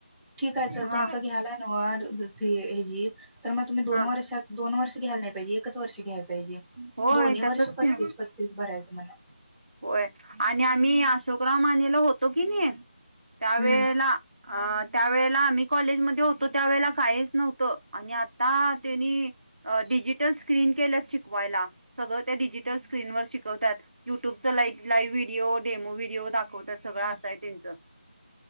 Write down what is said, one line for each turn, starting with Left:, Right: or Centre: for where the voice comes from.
Centre: ठीक आहे चल
Right: हा
Centre: तुमचं घ्यालाय ना व हे ते तर मग तुम्ही दोन
Right: हा
Centre: वर्षात दोन वर्ष घ्यायला नाही पाहिजे. एकच वर्ष घ्याय पाहिजे
Right: होय
Centre: दोन्ही
Right: तसच
Centre: वर्ष पस्तीस
Right: की
Centre: पस्तीस भरायचं मना.
Right: होय आणि आम्ही अशोकराव माने ला होतो की नाही. त्यावेेळेला
Centre: हम्म
Right: अं. त्या वेळेला आम्ही कॉलेजमध्येध्ये होतो त्यावेेळेला काहीच नव्हतं,, आणि आता त्यांनी अं डिजिटल स्क्रीन केल्यात शिकवायला,, सगळं त्या डिजिटल स्क्रीनवर शिकवत्यात, यू यट्यूबच लाई लाईव्ह व्हिडिओ, डेमो व्हिडिओ दाखवतात सगळं असा हाय त्यांचं.